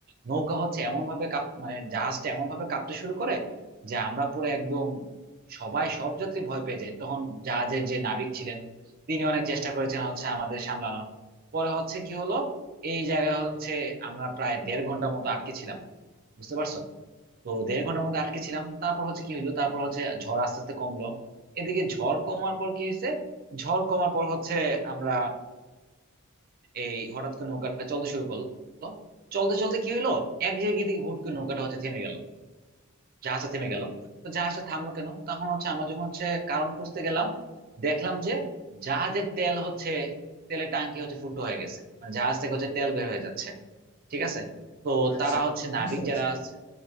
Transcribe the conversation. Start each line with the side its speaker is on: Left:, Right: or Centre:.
Right: নৌকা হচ্ছে এমন ভাবে কাঁপ মানে জাহাজটা এমন ভাবে কাঁপতে শুরু করে যে আমরা পুরো একদম সবাই সব যাত্রী ভয় পেয়ে যায় তখন জাহাজের যে নাবিক ছিলেন তিনি অনেক চেষ্টা করেছেন হচ্ছে আমাদের সামলানোর পরে হচ্ছে কি হলো এই জায়গায় হচ্ছে আমরা প্রায় দেড় ঘন্টার মতো আটকে ছিলাম বুঝতে পারছো তো দেড় ঘন্টার মধ্যে আটকে ছিলাম তারপর হচ্ছে কি হইলো তারপর হচ্ছে ঝড় আস্তে আস্তে কমলো এদিকে ঝড় কমার পর কি হয়েছে ঝড় কমার পর হচ্ছে আমরা এই হঠাৎ করে নৌকাটা চলতে শুরু করলো চলতে চলতে কি হইলো এক জায়গায় দিকে হুট করে নৌকাটা হচ্ছে থেমে গেল জাহাজটা থেমে গেল তো জাহাজটা থামলো কেন তখন হচ্ছে আমরা যখন হচ্ছে কারণ খুঁজতে গেলাম দেখলাম যে জাহাজের তেল হচ্ছে তেলের টাঙ্কি হচ্ছে ফুটো হয়ে গেছে মানে জাহাজ থেকে হচ্ছে তেল বের হয়ে যাচ্ছে ঠিক আছে তো
Left: ও আচ্ছা
Right: তারা হচ্ছে নাবিক
Left: বুঝতে পারছি
Right: যারা আছে